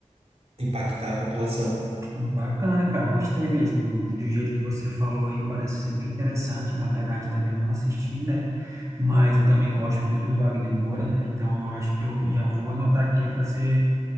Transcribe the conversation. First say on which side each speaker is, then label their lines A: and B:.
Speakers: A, on the right (about 55°); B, on the right (about 25°).
A: impactar a população.
B: Bacana, cara. Gostei mesmo do jeito que você falou aí. Parece ser bem interessante. Na verdade, também eu não assisti, né? Mas eu também gosto muito do Wagner Moura, né? Então eu acho que eu já vou anotar aqui para ser